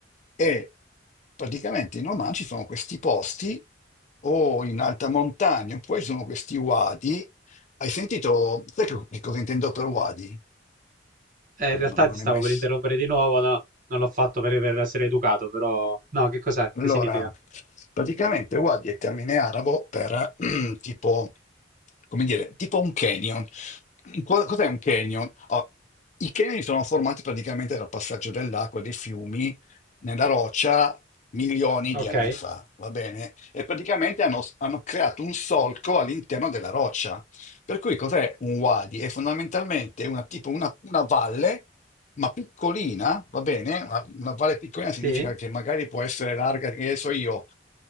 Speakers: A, on the left; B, on the right.
A: e praticamente in Oman ci sono questi posti o in alta montagna, oppure ci sono questi wadi. Hai sentito, sai che- di cosa intendo per wadi?
B: Eh, in realtà
A: Non, non
B: ti stavo
A: è mai...
B: per
A: s-
B: interrompere di nuovo, no? Non l'ho fatto per, per essere educato, però... No, che cos'è?
A: Allora,
B: Che significa?
A: praticamente Wadi è termine arabo per <clears throat> tipo, come dire, tipo un canyon. Co- Cos'è un canyon? Oh, i canyon sono formati praticamente dal passaggio dell'acqua e dei fiumi nella roccia milioni
B: Ok,
A: di anni fa, va bene? E praticamente hanno, hanno creato un solco all'interno della roccia. Per cui cos'è un wadi? È fondamentalmente una, tipo una una valle ma piccolina, va bene? Una, una valle piccolina
B: sì.
A: significa che magari può essere larga, che ne so io,